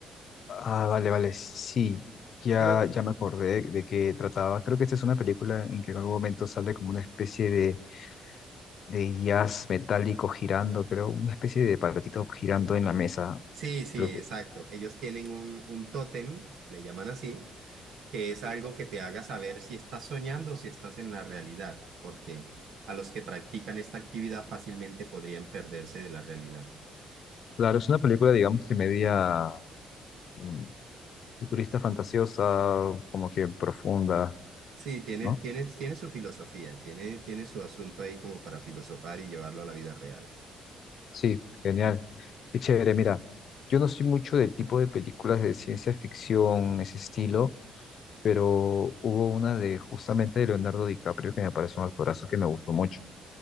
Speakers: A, on the left (about 60°); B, on the right (about 70°).
A: Ah, vale, vale, sí, ya,
B: ¿Qué ot-
A: ya me acordé de qué trataba. Creo que esta es una película en que en algún momento sale como una especie de, de jazz metálico girando, creo, una especie de aparatito girando en la mesa.
B: Sí, sí,
A: Creo
B: exacto.
A: que-
B: Ellos tienen un, un tótem, le llaman así, que es algo que te haga saber si estás soñando o si estás en la realidad, porque a los que practican esta actividad fácilmente podrían perderse de la realidad.
A: Claro, es una película, digamos, que media mm, futurista fantasiosa, como que profunda,
B: Sí, tiene,
A: ¿no?
B: tiene, tiene su filosofía, tiene, tiene su asunto ahí como para filosofar y llevarlo a la vida real.
A: Sí, genial. Qué chévere, mira, yo no soy mucho del tipo de películas de ciencia ficción, ese estilo, pero hubo una de justamente de Leonardo DiCaprio que me pareció un actorazo que me gustó mucho.